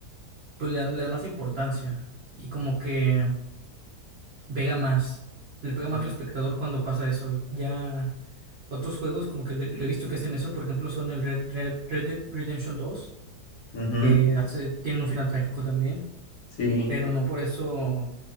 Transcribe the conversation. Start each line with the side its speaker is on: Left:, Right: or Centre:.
Right: pues le da, le da más importancia y como que pega más, le pega más
Left: ujú,
Right: al espectador cuando pasa eso. Ya otros juegos como que le, le he visto que hacen eso, por ejemplo, son el Red, Red, Red Dead Redemption dos
Left: ujú,
Right: que hace, tienen un final trágico también,
Left: Sí.
Right: pero no por eso